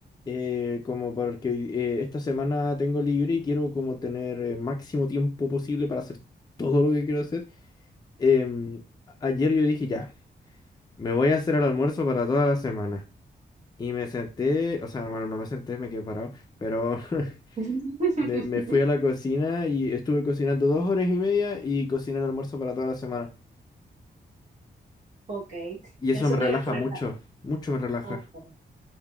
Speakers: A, on the left; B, on the right.
A: eh, como porque eh, esta semana tengo libre y quiero como tener el máximo tiempo posible para hacer todo lo que quiero hacer, em, ayer yo dije, ya, me voy a hacer el almuerzo para toda la semana. Y me senté, o sea, bueno, no me senté, me quedé parado, pero
B: <laughs>
A: <laughs> me, me fui a la cocina y estuve cocinando dos horas y media y cociné el almuerzo para toda la semana.
B: Ok,
A: Y eso
B: eso
A: me
B: me
A: relaja
B: recuerda.
A: mucho, mucho me relaja.
B: Ok.